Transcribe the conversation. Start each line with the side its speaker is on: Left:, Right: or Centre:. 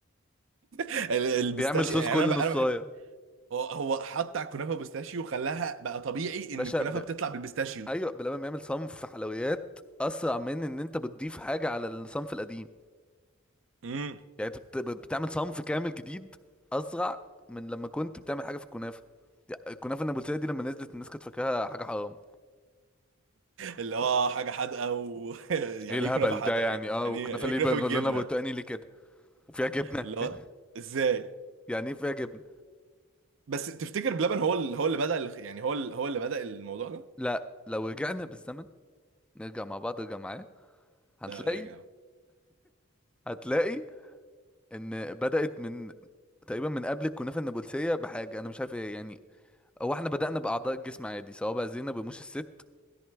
Right: ال- البيستاشيو
Centre: بيعمل صوص
Right: يعني
Centre: كل
Right: انا ب...
Centre: نصايه
Right: انا بحب هو هو حط على الكنافه بيستاشيو وخلاها بقى طبيعي
Centre: باشا
Right: ان الكنافه
Centre: ب...
Right: بتطلع بالبيستاشيو
Centre: ايوه بلبن بيعمل صنف حلويات اسرع من ان انت بتضيف حاجه على الصنف القديم
Right: مم.
Centre: يعني انت بت... بتعمل صنف كامل جديد اسرع من لما كنت بتعمل حاجه في الكنافه يعني الكنافه النابلسيه دي لما نزلت الناس كانت فاكراها حاجه حرام
Right: اللي هو حاجه حادقه و <laughs> يعني
Centre: ايه الهبل
Right: ايه كنافه حادقه
Centre: ده يعني
Right: يا جدعان
Centre: اه
Right: يعني
Centre: وكنافه
Right: ايه يعني إيه
Centre: ليه
Right: كنافه
Centre: بنقول
Right: بالجبنه
Centre: لنا برتقاني ليه كده وفيها جبنه
Right: اللي
Centre: <laughs>
Right: هو ازاي
Centre: يعني ايه فيها جبنه
Right: بس تفتكر بلبن هو اللي هو اللي بدأ ال- يعني هو اللي هو اللي بدأ الموضوع ده
Centre: لا لو رجعنا بالزمن نرجع مع بعض ارجع معايا هتلاقي
Right: لا راجع اهو.
Centre: هتلاقي ان بدأت من تقريبا من قبل الكنافه النابلسيه بحاجه انا مش عارف ايه يعني هو احنا بدأنا باعضاء الجسم عادي سواء بقى زينب رموش الست